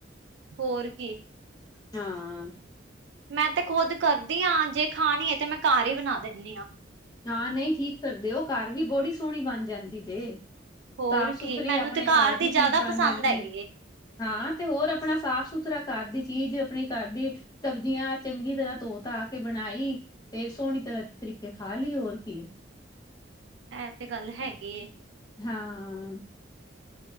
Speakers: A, on the right; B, on the left.
A: ਹੋਰ ਕੀ।
B: ਹਾਂ।
A: ਮੈਂ ਤੇ ਖੁਦ ਕਰਦੀ ਆਂ, ਜੇ ਖਾਨੀ ਏ ਤੇ ਮੈਂ ਘਰ ਈ ਬਨਾ ਦੇਨੀ ਆਂ।
B: ਹਾਂ ਨਈ ਠੀਕ ਕਰਦੇ ਓ ਘਰ ਵੀ ਬੜੀ ਸੋਨੀ ਬਨ ਜਾਂਦੀ ਜੇ।
A: ਹੋਰ
B: ਸਾਫ਼ ਸੁਥਰੀ
A: ਕੀ ਮੈਨੂੰ
B: ਅਪਣੇ
A: ਤੇ
B: ਘਰ ਦੀ
A: ਜ਼ਿਆਦਾ
B: ਚੀਜ਼ ਬਣ
A: ਪਸੰਦ
B: ਜਾਂਦੀ
A: ਹੈਗੀ
B: ਏ। ਹਾਂ ਤੇ ਹੋਰ ਅਪਣਾ ਸਾਫ ਸੁਥਰਾ ਘਰ ਦੀ ਚੀਜ਼ ਅਪਣੀ ਘਰ ਦੀ ਸਬਜ਼ੀਆਂ ਚੰਗੀ ਤਰ੍ਹਾਂ ਧੋ ਧਾ ਕੇ ਬਣਾਈ ਤੇ ਸੋਣੀ ਤਰ੍ਹਾਂ ਤਰੀਕੇ ਖਾ ਲੀ ਹੋਰ ਕੀ।
A: ਐ ਤੇ ਗੱਲ ਹੈਗੀ ਏ।
B: ਹਾਂ।